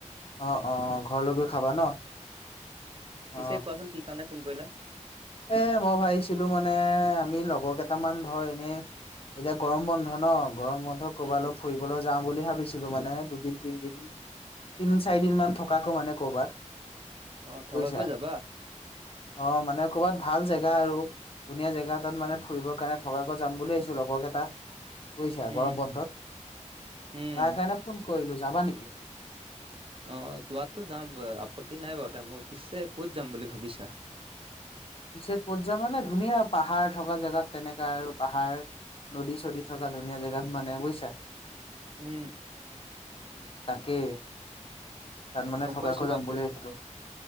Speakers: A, on the left (about 45°); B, on the right (about 45°).
A: অ অ ঘৰলৈ গৈ খাবা ন অ',
B: পিছে কোৱাচোন কি কাৰণে ফোন কৰিলা।
A: এ মই ভাবিছিলো মানে আমি লগৰ কেইটামান ধৰ এনেই এতিয়া গৰম বন্ধ ন গৰম বন্ধ কৰ'বালৈ
B: উম
A: ফুৰিবলৈ যাম। বুলি ভাবিছিলো মানে দুদিন তিনদিন তিন চাৰি দিন মান থকাকো মানে কৰ'বাত
B: অ থকাকৈ
A: বুজিছা
B: যাবা।
A: অ মানে ক'ৰবাত ভাল জেগা আৰু ধুনীয়া জেগা তাত মানে ফুৰিবৰ কাৰণে থকাকৈ যাম বুলি আহিছো লগৰ এটা বুজিছা
B: উম
A: গৰম বন্ধত
B: উম
A: তাৰ কাৰণে ফোন কৰিলো। যাবা নেকি।
B: অ যোৱাততো যাম আপত্তি নাই বাৰু মই পিছে ক'ত যাম বুলি ভাবিছা।
A: পিছে ক'ত য মানে ধুনীয়া পাহাৰ থকা জেগাত তেনেকা আৰু পাহাৰ। নদী চদী থকা ধুনীয়া জেগাত মানে বুইছা
B: উম
A: তাকেই তাত মানে
B: গম
A: থকাকৈ
B: পাইছো
A: যাম
B: বাৰু
A: বুলি ভাবিছিলো